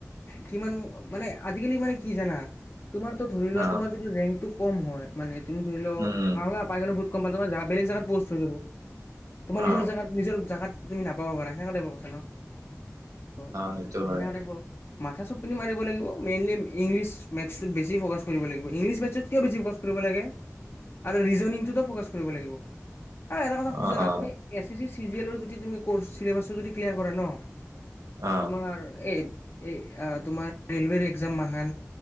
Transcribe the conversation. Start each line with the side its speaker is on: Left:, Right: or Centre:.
Left: কিমান মানে আজিকালি মানে কি জানা তোমাতো ধৰি লোৱা
Right: অ
Left: তোমাৰ যিটো ৰেংক টো ক'ম হয়, মানে তুমি ধৰি ল
Right: উম উম
Left: পালা, পাই গ'লে বহুত কম পালা তোমাৰ বেলেগ জেগাত পষ্ট হৈ যাব। তোমাৰ
Right: অ
Left: নিজৰ জেগাত নিজৰ জেগাত তুম নাপাবপাৰা সেনেকা টাইপৰ হেল্ল'? অ' হেই
Right: সেইটো হয়
Left: হেনেকা টাইপৰ মাথা চবপিনে মাৰিব লাগিব, মেইনলি ইংলিছ মেথছটোত বেছি ফ'কাছ কৰিব লাগিব। ইংলিছ মেথছত কিয় বেছি ফকাছ কৰিব লাগে আৰু ৰিজনিংটোতো ফ'কাছ কৰিব লাগিব। আৰূ এটা
Right: অ
Left: কি জানা,
Right: অ
Left: তুমি এ এছ চি চিজিএলৰ যদি তুমি কৰ্চ চিলেবাছটো যদি ক্লিয়াৰ কৰা ন
Right: অ
Left: তোমাৰ এই এই তোমাৰ ৰেলৱেৰ এগজাম মখান।